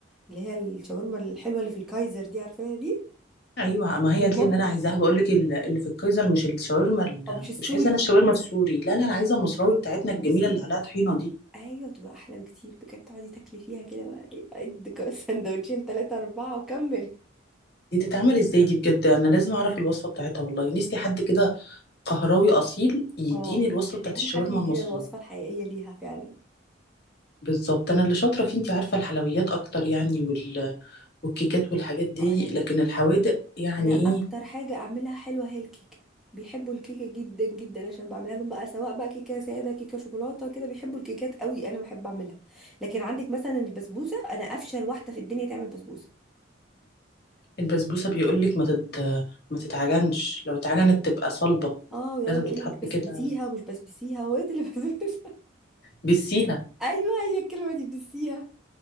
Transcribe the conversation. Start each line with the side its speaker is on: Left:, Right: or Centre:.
Centre: اللي هي الشاورما الحلوه اللي في الكايزر دي عارفاها دي
Left: ايوه ما
Centre: اللي
Left: هي
Centre: هي المصري
Left: دي اللي انا عايزاها
Centre: دي
Left: بقول لك ال- اللي في الكايزر مش الشاورما ال-
Centre: او مش السوري
Left: مش عايزه انا الشاورما السوري لا لا
Centre: لا
Left: انا عايزه المصراوي بتاعتنا
Centre: المصري
Left: الجميله اللي
Centre: بتبقى
Left: عليها طحينه دي
Centre: ايوه بتبقى احلى بكتير بجد تقعدي تاكلي فيها كده بقى ايه قد كام <laughs> سندوتشين ثلاثه اربعه وكمل
Left: دي تتعمل ازاي دي بجد انا لازم اعرف الوصفه بتاعتها والله نفسي حد كده قهراوي اصيل يديني
Centre: اه
Left: الوصفه
Centre: محتاجين
Left: بتاعت الشاورما
Centre: حد يدينا
Left: المصراوي
Centre: الوصفه الحقيقيه ليها فعلا
Left: بالظبط انا اللي شاطره فيه انت عارفه الحلويات اكتر يعني وال... والكيكات والحاجات دي
Centre: اه انا
Left: لكن الحوادق يعني
Centre: انا
Left: ايه
Centre: اكتر حاجه اعملها حلوه هي الكيكه بيحبوا الكيكه جدا جدا عشان بعملها لهم بقى سواء بقى كيكه ساده كيكه شوكولاته كده بيحبوا الكيكات قوي انا بحب اعملها لكن عندك مثلا البسبوسه انا افشل واحده في الدنيا تعمل بسبوسه
Left: البسبوسه بيقولك ما تت... ما تتعجنش لو اتعجنت
Centre: ده بي...
Left: تبقى صلبه
Centre: اه ويقعد
Left: لازم تتحط
Centre: يقول لك بسبسيها
Left: كده
Centre: ومش بسبسيها هو ايه ده اللي بسبسها
Left: بسيها
Centre: <laughs> ايوه هي الكلمه دي بسيها